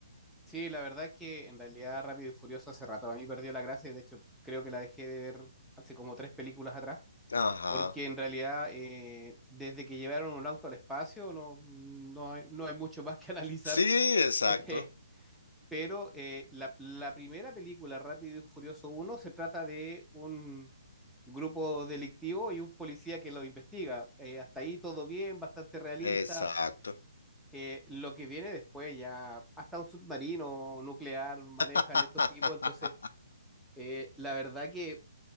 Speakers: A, in the centre; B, on the left.
A: sí, la verdad que en realidad Rápido y Furioso hace rato a mí perdió la gracia, y de hecho creo que la dejé de ver hace como tres películas atrás.
B: Ajá.
A: Porque en realidad, eh, desde que llevaron un auto al espacio, no, no hay, no hay mucho más que <laughs> analizar.
B: Sí, exacto,
A: Eh, pero eh, la, la primera película, Rápido y Furioso uno, se trata de un grupo delictivo y un policía que lo investiga. Eh, hasta ahí todo bien, bastante realista.
B: exacto.
A: Eh, lo que viene después ya, hasta un submarino nuclear manejan
B: <laughs>
A: estos tipos. Entonces, eh, la verdad que